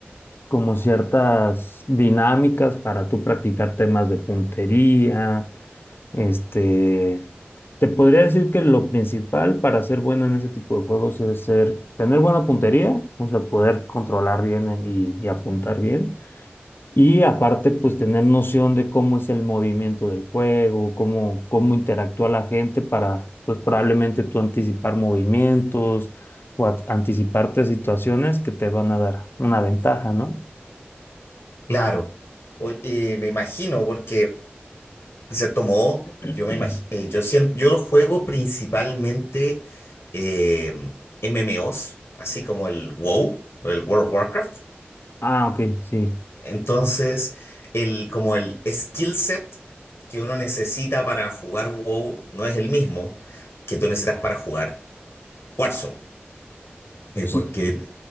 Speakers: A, on the left; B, on the left.
A: como ciertas dinámicas para tú practicar temas de puntería. Este, te podría decir que lo principal para ser bueno en ese tipo de juegos es ser, tener buena puntería, o sea, poder controlar bien eh, y y apuntar bien y aparte, pues tener noción de cómo es el movimiento del juego, cómo, cómo interactúa la gente para, pues probablemente tú anticipar movimientos o a- anticiparte situaciones que te van a dar una ventaja, ¿no?
B: Claro, o- eh, me imagino, porque... se tomó
A: <clears throat>
B: yo me imagino, yo siento, yo lo juego principalmente eh, MMOs, así como el WoW, el World of Warcraft.
A: Ah, ok, sí.
B: Entonces, el, como el skill set que uno necesita para jugar WoW no es el mismo que tú necesitas para jugar Warzone. Eh,
A: Sí,
B: porque